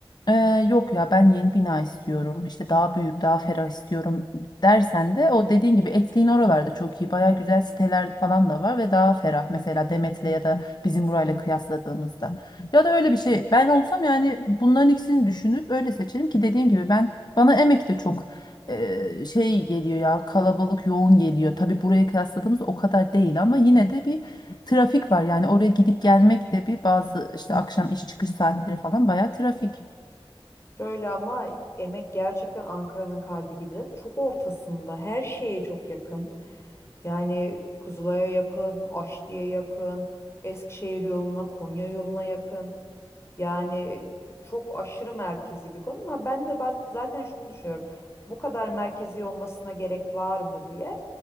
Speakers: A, on the left; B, on the left.
A: ee, yok ya ben yeni bina istiyorum işte daha büyük daha ferah istiyorum dersen de o dediğin gibi Etlik'in oralarda çok iyi baya güzel siteler falan da var ve daha ferah mesela Demet'le ya da bizim burayla kıyasladığımızda ya da öyle bir şey ben olsam yani bunların ikisini düşünüp öyle seçerim ki dediğim gibi ben bana Emek de çok e, şey geliyor ya kalabalık yoğun geliyor tabii buraya kıyasladığımızda o kadar değil ama yine de bir trafik var yani oraya gidip gelmek de bir bazı işte akşam iş çıkış saatleri falan baya trafik.
B: Şöyle ama Emek gerçekten Ankara'nın kalbi gibi. Çok ortasında, her şeye çok yakın. Yani Kızılay'a yakın, Aşti'ye yakın, Eskişehir yoluna, Konya yoluna yakın. Yani çok aşırı merkezi bir konu ama ben de baz- zaten şunu düşünüyorum. Bu kadar merkezi olmasına gerek var mı diye.